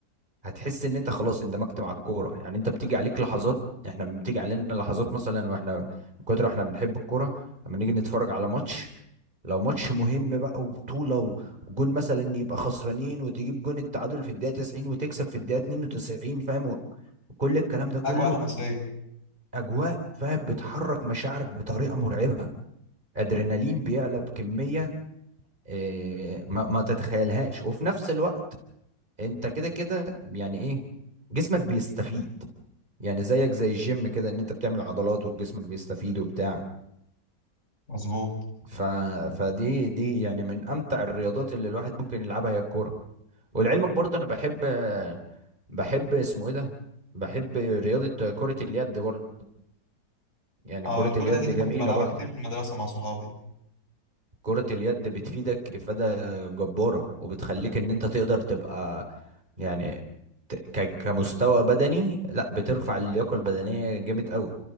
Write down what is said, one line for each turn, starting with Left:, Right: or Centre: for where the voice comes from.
Right: هتحس ان انت خلاص اندمجت مع الكوره يعني انت بتيجي عليك لحظات احنا بتيجي علينا لحظات مثلا واحنا من كتر احنا بنحب الكوره لما نيجي نتفرج على ماتش لو ماتش مهم بقى وبطولة وجون مثلا يبقى خسرانين وتجيب جون التعادل في الدقيقة 90 وتكسب في الدقيقة 92 فاهم و- كل الكلام ده كله
Left: اجواء حماسية
Right: بأجواء فاهم بتحرك مشاعرك بطريقة مرعبة أدرينالين بيعلى بكمية آه، ما, ما تتخيلهاش وفي نفس الوقت انت كده كده يعني ايه جسمك بيستفيد يعني زيك زي الجيم كده ان انت بتعمل عضلات وجسمك بيستفيد وبتاع
Left: مظبوط
Right: ف... فدي دي يعني من امتع الرياضات اللي الواحد ممكن يلعبها هي الكوره ولعلمك برضه انا بحب بحب اسمه ايه ده بحب رياضه كره اليد برضه يعني
Left: اه
Right: كره
Left: الكرة
Right: اليد
Left: دي, دي
Right: جميله
Left: كنت بلعبها
Right: برضه
Left: كتير في المدرسة مع صحابي
Right: كره اليد بتفيدك افاده جباره وبتخليك ان انت تقدر تبقى يعني ت- ك- كمستوى بدني لا بترفع اللياقه البدنيه جامد قوي